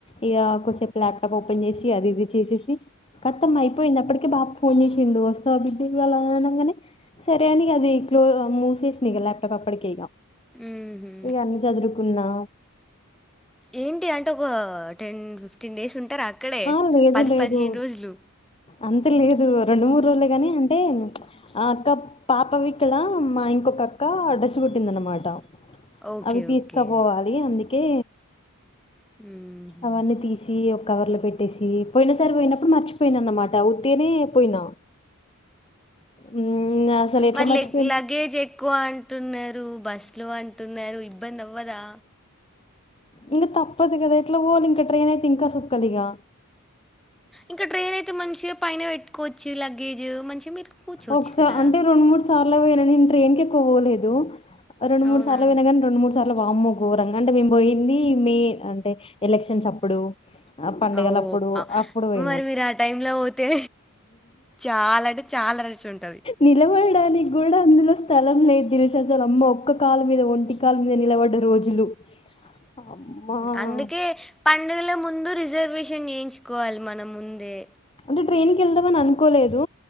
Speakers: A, on the left (about 25°); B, in the centre.
A: ఇగ కొసేపు ల్యాప్టాప్ ఓపెన్ చేసి అది ఇది చేసేసి కత్తం అయిపోయిందప్పటికే బాప్ ఫోన్ చేసిండు వస్త బిడ్డ వాళ్ళ అనగానే సరే అనికి అది క్ మూసేసింది ఇక ల్యాప్టాప్ ప్పటికే ఇగా
B: ఉహు
A: అన్ని చదురుకున్నా
B: ఏంటి అంటే ఒక టెన్ ఫిఫ్టీన్ డేస్ ఉంటారా అక్కడే
A: ఆ లేదు
B: పది
A: లేదు
B: పదిహేను రోజులు
A: అంత లేదు రెండు మూడు రోజులే కాని అంటే ఆ అక్క పాపవి ఇక్కడ మా ఇంకొక అక్క డ్రెస్ కుట్టింద అనమాట
B: ఓకే
A: అవి తీసుక
B: ఓకే
A: పోవాలి అందుకే
B: ఉహు
A: అవన్నీ తీసి ఒక కవర్ లో పెట్టేసి పోయిన సరి పోయినప్పుడు మర్చిపో పోయిన అన్నమాట ఊతేనే పోయినా ఉమ్, అసలు ఎట్లా
B: మరి
A: మర్చిపోయిన
B: లే లగేజ్ ఎక్కువ అంటే బస్సులో అంటున్నారు ఇబ్బంది అవ్వదా
A: ఇంకా తప్పదు కదా ఎట్లా ఓవాలి ఇంకా ట్రైన్ అయితే ఇంకా సుక్కలిగా
B: ఇంకా ట్రైన్ అయితే మంచిగా పైన పెట్టుకోవచ్చు లగేజ్ మంచిగా మీరు కూర్చోవచ్చు
A: ఒకసార్
B: కదా
A: అంటే రెండు మూడు సార్లు పోయినా నేను ట్రైన్ కె పోవలేదు ఒ రెండు మూడు
B: అవునా
A: సార్లు ఓయినగాని రెండు మూ చాలా వాము ఘోరంగా అంటే మేము పోయింది మే అంటే ఎలక్షన్స్ అప్పుడు ఆ పండగలఅప్పుడు
B: అవు ఆ
A: అప్పుడు పోయినా
B: మరి మీరు ఆ టైంలో పోతే చాలా అంటే చాలా రష్ ఉంటది
A: నిలబడడానికి కూడా అందులో స్థలం లేదు తెలుసాసలు అమ్మ ఒక్క కాాల మీద ఒంటి కాల మీద నిలబడ్డ రోజులు అమ్మా!
B: అందుకే పండగల ముం దు రిజర్వేషన్ చేయించుకోవాలి మన ముందే
A: అంటే ట్రైన్ క వెళ్దామని అనుకోలేదు